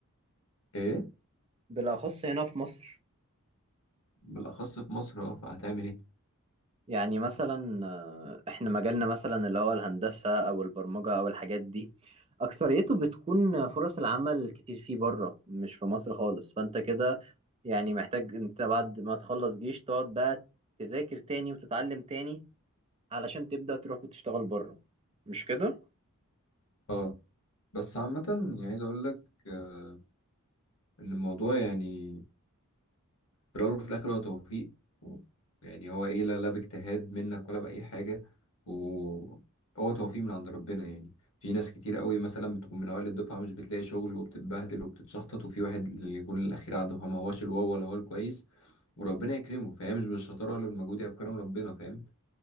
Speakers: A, on the left; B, on the right.
A: إيه
B: بالاخص هنا في مصر
A: بالأخص في مصر أه فهتعمل إيه
B: يعني مثلا آه، احنا مجالنا مثلا اللي هو الهندسة او البرمجة او الحاجات دي اكثريته بتكون فرص العمل كتير فيه بره مش في مصر خالص فانت كده يعني محتاج انت بعد ما تخلص جيش تقعد بقى تذاكر تاني وتتعلم تاني علشان تبدأ تروح وتشتغل بره مش كده
A: أه بس عامة يعني عايز أقول لك آه، إن الموضوع يعني في الأول وفي الآخر هو توفيق و- يعني هو إيه لا لا باجتهاد منك ولا بأي حاجة وهو توفيق من عند ربنا يعني في ناس كتير قوي مثلا بتكون من أوائل الدفعة مش بتلاقي شغل وبتتبهدل وبتتشحطط وفي واحد اللي يكون الأخير عنده ما هوش الواو ولا هو الكويس وربنا يكرمه فهي مش بالشطارة ولا بالمجهود هي بكرم ربنا فاهم